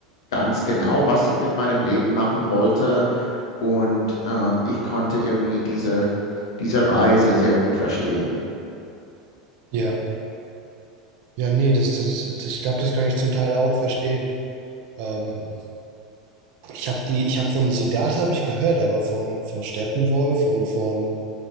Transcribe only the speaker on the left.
ganz genau, was ich mit meinem Leben machen wollte. Und ähm, ich konnte irgendwie diese, diese Reise sehr gut verstehen.